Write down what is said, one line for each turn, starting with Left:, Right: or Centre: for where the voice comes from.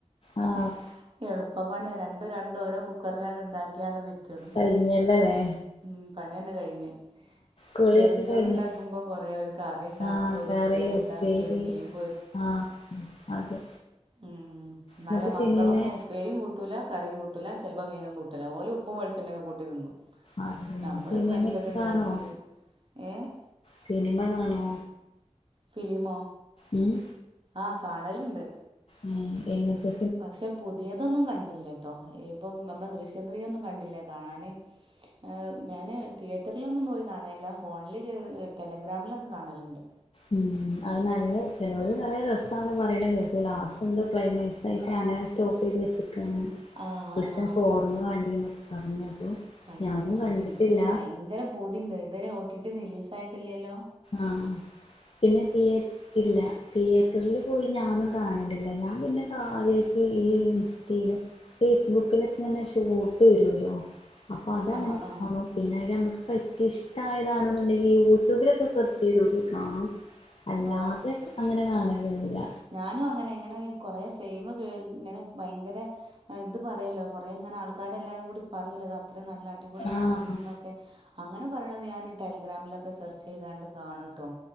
Left: ആഹ്
Right: ഏഹ് എളുപ്പ പണിയാ രണ്ടും രണ്ടും ഓരോ കുക്കറിലങ്ങ്ട്ണ്ടാക്കിയാണ്ട് വെച്ച്
Left: കൈഞ്ഞില്ലന്നേ
Right: ഉം പണിയന്നെ കഴിഞ്ഞ്.
Left: കുളിയൊക്കെ
Right: വെറുംചോറുണ്ടാക്കുമ്പോ
Left: കഴിഞ്ഞോ
Right: കൊറേ ഒരു കറിയുണ്ടാക്കി
Left: ആഹ്
Right: ഒരുപ്പേരിയുണ്ടാക്കി
Left: കറി ഉപ്പേരി
Right: ഒരു മീൻപൊ
Left: ആഹ് അതെ.
Right: ഉം ഇന്നാലോ
Left: എന്നിട്ട്
Right: മക്കളൊന്നും
Left: സിനിമേ
Right: ഉപ്പേരിയും കൂട്ടൂല കറിയും കൂട്ടൂല ചെലപ്പോ മീനും കൂ ട്ടൂല്ലാ. ഓല് ഉപ്പും വെളിച്ചെണ്ണോക്കെ കൂട്ടിതിന്നും.
Left: അതെ
Right: നമ്മളിത്
Left: സിനിമയൊക്കെ
Right: മെനക്കെട്ട് ഉണ്ടാക്കീട്ട്
Left: കാണോ
Right: ഏഹ്
Left: സിനിമ കാണോ?
Right: ഫിലിമോ?
Left: ഉം
Right: ആഹ് കാണലുണ്ട്
Left: ഉം, എങ്ങൻത്തെ
Right: പക്ഷെ പുതിയതൊന്നും കണ്ടില്ലട്ടോ. ഇപ്പം നമ്മളെ ദൃശ്യം ത്രീയൊന്നും കണ്ടില്ല കാണാന് ഏഹ് ഞാന് തിയേറ്ററിലൊന്നും പോയി കാണലില്ല. ഫോണില് കേറി ടെലഗ്രാമിലൊക്കെ കാണല്ണ്ട്.
Left: ഉം അത് നല്ല ചെലോര് നല്ല രസാണ് പറയിണ കേട്ടു. ലാസ്റ്റ് എന്തോ ക്ലൈമാക്സ് സായിട്ട് അങ്ങനെ സ്റ്റോപ്പീത് വെച്ചിക്കാണ്.
Right: ആ
Left: ദൃശ്യം
Right: ആ
Left: ഫോറിന് വാണ്ടീന്നൊക്കെ പറീണ കേട്ടു.
Right: അയ്ശെരിയാ.
Left: ഞാനും കണ്ടിട്ടില്ല
Right: എനിക്ക് ഭയങ്കര പൂതിണ്ട്. ഇതുവരെ ഓ ടി ടി റിലീസ് ആയിട്ടില്ലല്ലോ?
Left: ആഹ്, പിന്നെ തിയേ ഇല്ല. തിയേറ്ററില് പോയി ഞാനും കാണണില്ല. ഞാൻ പിന്നെ കാര്യായിട്ട് ഈ സ്റ്റീലും ഫേസ്ബുക്കിലൊക്കങ്ങന്നെ ഷോട്ട് വരുമല്ലോ? അപ്പൊ അതങ്ങനെ
Right: ആ ആ
Left: കാണും. പിന്നെ അയിലമ്മക്ക് പറ്റി ഇഷ്ടായതാണ്ന്നുണ്ടെങ്കി യൂട്യൂബിലൊക്കെ സെർച്ചേയ്തോക്കി കാണും. അല്ലാതെ
Right: ഓ
Left: അങ്ങനെ കാണലില്ല.
Right: ഞാനും അങ്ങനെ ഇങ്ങനെ ഈ കൊറെ ഫെയിമ് കേ ഇങ്ങനെ ഭയങ്കരെ ഏഹ് ഇത് പറയല്ലോ കൊറെങ്ങനെ ആൾക്കാരെല്ലാരും കൂടി പറയല്ലോ അത്രീം നല്ല അടിപൊളി
Left: ആഹ്
Right: ഫിലിമ്ന്നൊക്കെ. അങ്ങനെ പറയണത് ഞാന് ടെല ഗ്രാമിലൊക്കെ സെർച്ചെയ്താണ്ട് കാണൂട്ടോ.